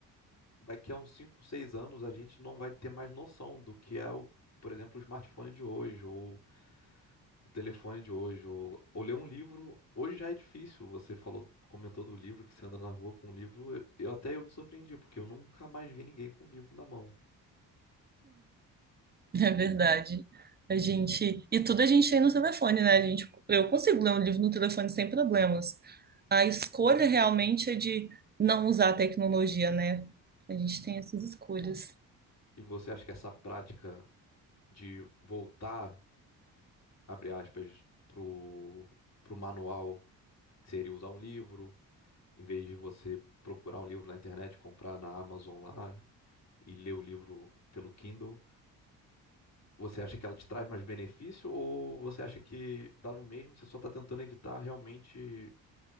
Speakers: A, on the left; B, on the right.
A: daqui a uns 5, 6 anos a gente não vai ter mais noção do que é o, por exemplo, o smartphone de hoje, ou o telefone de hoje, ou, ou ler um livro. Hoje já é difícil. Você falou, comentou do livro que você anda na rua com um livro. Eu, eu até eu me surpreendi, porque eu nunca mais vi ninguém com um livro na mão.
B: É verdade. A gente. E tudo a gente tem no telefone, né? A gente... Eu consigo ler um livro no telefone sem problemas. A escolha realmente é de não usar a tecnologia, né? A gente tem essas escolhas.
A: E você acha que essa prática de voltar, abre aspas, pro, pro manual, que seria usar um livro? Em vez de você procurar um livro na internet, comprar na Amazon lá e ler o livro pelo Kindle, você acha que ela te traz mais benefício ou você acha que dá no mesmo, você só está tentando evitar realmente